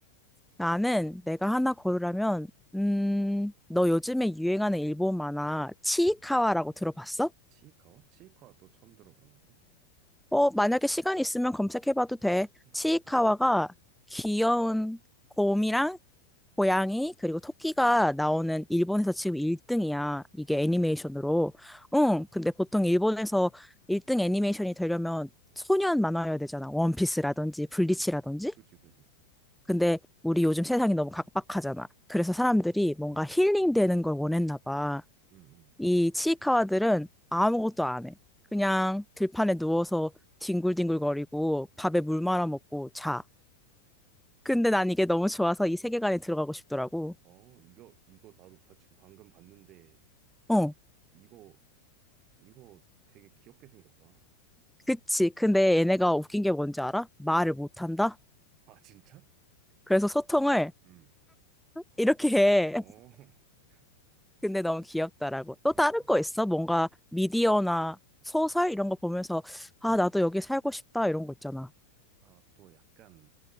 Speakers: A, in the centre; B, on the right (about 35°).
A: 나는 내가 하나 고르라면, 음,
B: 음.
A: 너 요즘에 유행하는 일본 만화 치이카와라고 들어봤어?
B: 치이카와? 치이카와 또 처음 들어보는데.
A: 어, 만약에
B: 음.
A: 시간 이 있으면 검색해봐도 돼.
B: 어, 음.
A: 치이카와가 귀여운 곰이랑 고양이 그리고 토끼가 나오는 일본에서 지금 1등이야. 이게
B: 어, 진짜?
A: 애니메이션으로.
B: 음. 음.
A: 응, 근데 보통 일본에서 1등 애니메이션이 되려면 소년 만화여야 되잖아. 원피스라든지 블리치라든지.
B: 음, 그지, 그지.
A: 근데 우리 요즘 세상이 너무 각박하잖아. 그래서 사람들이 뭔가
B: 음.
A: 힐링되는 걸 원했나 봐.
B: 음. 음.
A: 이 치이카와들은 아무것도 안 해. 그냥 들판에 누워서 뒹굴뒹굴거리고 밥에 물 말아 먹고 자. 근데 난 이게 너무 좋아서 이 세계관에 들어가고 싶더라고.
B: 어, 이거, 이거 나도 봐- 지금 방금 봤는데,
A: 어,
B: 이거, 이거 되게 귀엽게 생겼다.
A: 그치. 근데
B: 음.
A: 얘네가
B: 음.
A: 웃긴 게 뭔지 알아? 말을
B: 음.
A: 못 한다?
B: 아, 진짜?
A: 그래서 소통을
B: 음. 음.
A: 이렇게 해.
B: 어, <laughs>
A: 근데 너무 귀엽다라고. 또
B: 그러니까.
A: 다른 거 있어? 뭔가 미디어나 소설 이런 거 보면서 아, 나도 여기 살고 싶다 이런 거 있잖아.
B: 아, 또 약간